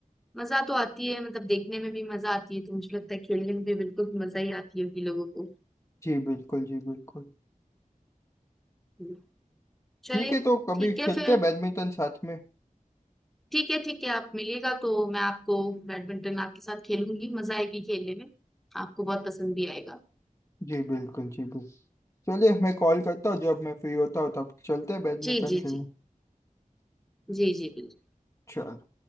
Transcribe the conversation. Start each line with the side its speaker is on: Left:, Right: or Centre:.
Centre: मजा तो आती है मतलब देखने में भी मजा आती है तो मुझे लगता है खेलने में भी बिल्कुल मजा ही आती होगी लोगों को
Left: जी बिल्कुल जी बिल्कुल
Centre: हम्म। चलिए
Left: ठीक है तो कभी
Centre: ठीक है
Left: खेलते
Centre: फिर
Left: हैं बैडमिंटन साथ में
Centre: ठीक है ठीक है आप मिलिएगा तो मैं आपको बैडमिंटन आपके साथ खेलूंगी मजा आएगी खेलने में आपको बहुत पसंद भी आएगा
Left: जी बिल्कुल जी बिल्कुल चलिए मैं कॉल करता हूँ जब मैं फ्री होता हूँ तब चलते हैं बैडमिंटन
Centre: जी जी
Left: खेलने
Centre: जी जी जी बिल्कुल
Left: चलो